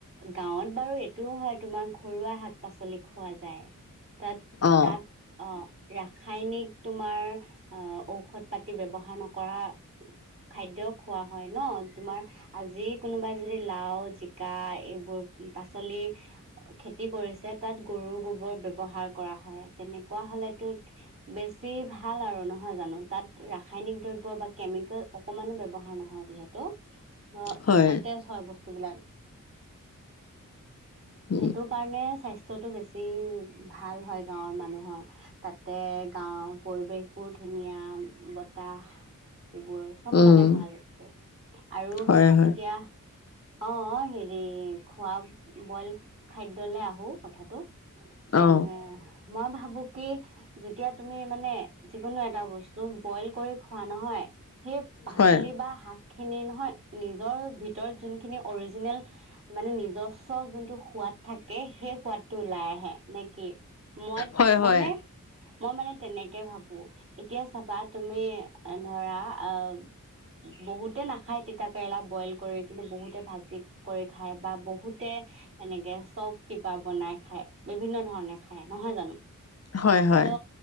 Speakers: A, on the right (about 40°); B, on the left (about 50°).
A: গাঁৱত বাৰু এইটোও হয়, তোমাৰ ঘৰুৱা শাক-পাচলি খোৱা যায়, তাত-তাত
B: অ
A: অ, ৰাসায়নিক তোমাৰ, ঔষধ-পাতি ব্যৱহাৰ নকৰা খাদ্য খোৱা হয় ন, তোমাৰ আজি কোনোবাই যদি লাও, জিকা এইবোৰ পাচলি খেতি কৰিছে, তাত গৰুৰ গোবৰ ব্যৱহাৰ কৰা হয়, তেনেকুৱা হ'লেতো বেছি ভাল আৰু নহয় জানো! তাত ৰাসায়নিক দ্ৰব্য বা কেমিকেল অকমানো ব্যৱহাৰ নহয় যিহেতু। অ,
B: হয়
A: সতেজ হয় বস্তুবিলাক।
B: উম
A: সেইটো কাৰণে, স্বাস্থ্যটো বেছি ভাল হয় গাঁৱৰ মানুহৰ। তাতে, গাঁৱৰ পৰিৱেশ বোৰ ধুনীয়া, বতাহ এইবোৰ চব
B: উম
A: মানে ভাল। আৰু
B: হয় হয়
A: <unintelligible> অ', হেৰি খোৱা বইল খাদ্যলে আহো কথাটো, মানে
B: অ
A: মই ভাবো কি যেতিয়া তুমি মানে, যিকোনো এটা বস্তু বইল কৰি খোৱা নহয়, সেই পাচলি
B: হয়
A: বা শাক খিনি নহয় নিজৰ ভিতৰত যোনখিনি অৰিজিনেল মানে নিজস্ব যোনটো সোৱাদ থাকে, সেই সোৱাদটো ওলাই আহে, নেকি! মই
B: হয় হয়
A: মানে মই মানে তেনেকে ভাবো, এতিয়া চাবা তুমি ধৰা, আহ বহুতে নাখায় তিতা কেৰেলা বইল কৰি, কিন্তু বহুতে ভাজি কৰি খায় বা বহুতে এনেকে চব কিবা বনাই খায়, বিভিন্ন ধৰণে খায়, নহয় জানো!
B: হয় হয়
A: ত'